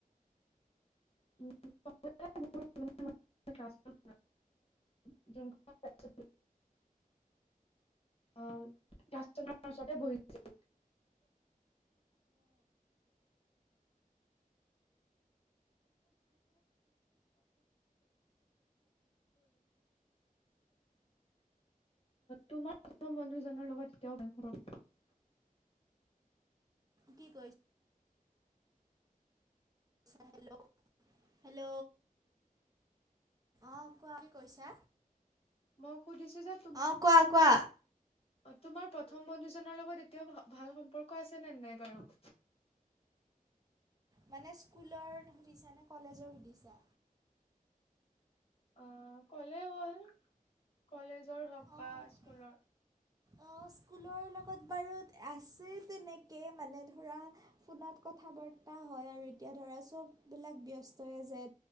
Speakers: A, on the left (about 40°); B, on the right (about 25°).
A: <unintelligible> য <unintelligible> অ' ক্লাছত লগতে বহিছিলো। তোমাৰ প্ৰথম বন্ধুজনৰ লগত এতিয়াও ভাল সম্পৰ্ক
B: কি কৈ ছা? Hello hello! অঁ কোৱা, কি কৈছা?
A: মই সুধিছো যে
B: অঁ কোৱা কোৱা?
A: অ' তোমাৰ প্ৰথম বন্ধুজনৰ লগত এতিয়াও ভাল সম্পৰ্ক আছে নে নাই বাৰু?
B: মানে স্কুলৰ সুধিছা নে কলেজৰ সুধিছা?
A: অ' কলে হ'ল কলেজৰ হওক
B: অঁ
A: বা স্কুলৰ।
B: অ' স্কুলৰ লগত বাৰু আছে তেনেকে মানে ধৰা ফোনত কথা বাৰ্তা হয় আৰু এতিয়া ধৰা চববিলাক ব্যস্তই যে,